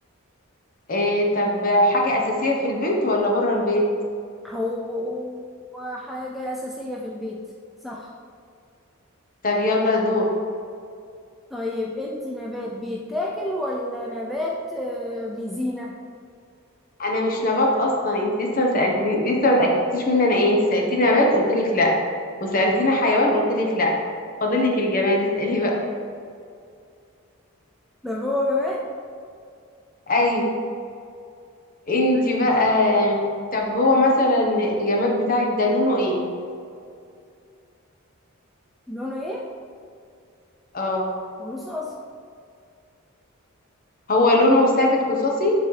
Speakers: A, on the left (about 40°); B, in the centre.
A: إيه طب حاجة اساسية في البيت ولا بره البيت
B: هو هو حاجة أساسية في البيت صح
A: طب يلا دور
B: طيب انتي نبات بيتاكل ولا نبات آه، بيزينة
A: انا مش نبات اصلا انت لسه ما سالتني لسه ما اتاكدتيش مني انا ايه انت سالتيني نبات قلت لك لا وسالتيني حيوان قلت لك لا فاضل لك الجماد اسالي بقى
B: ده هو جماد
A: ايوه انت
B: تمام.
A: بقى طب هو مثلا الجماد بتاعك ده لونه ايه
B: لونه ايه
A: اه
B: رصاصي
A: هو لونه ثابت رصاصي